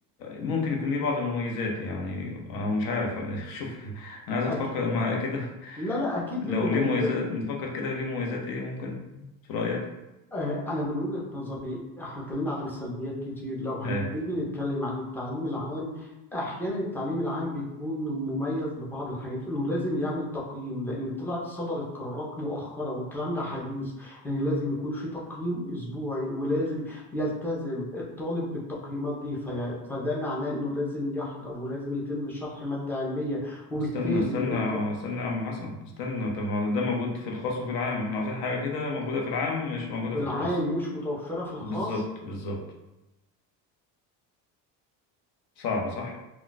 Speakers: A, on the left (about 70°); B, in the centre.
A: ممكن يكون ليه بعض المميزات يعني أنا مش عارف <laughs> شوف أنا عايز تفكر
B: أكيد
A: معايا كده
B: لا لا أكيد
A: لو
B: دي مميزات
A: ليه مميزات نفكر كده ليه مميزات إيه ممكن في رأيك؟
B: آه، أنا من وجهة نظري إحنا اتكلمنا عن السلبيات كتير لو هنيجي
A: أي
B: نتكلم عن التعليم العام أحيانا التعليم العام بيكون مميز ببعض الحاجات إنه لازم يعمل تقييم لأن طلعت صدرت قرارات مؤخرة والكلام ده حديث إن لازم يكون في تقييم أسبوعي ولازم يلتزم الطالب بالتقييمات دي في فده معناه إنه لازم يحضر ولازم يتم شرح مادة علمية وبالتالي
A: استنى استنى
B: الق-
A: استنى يا عم حسن استنى طب ما ده موجود في الخاص وفي العام احنا عاوزين حاجة كده موجودة في العام مش موجودة
B: العام
A: في الخاص
B: مش متوفرة في الخاص
A: بالظبط بالظبط صعب صح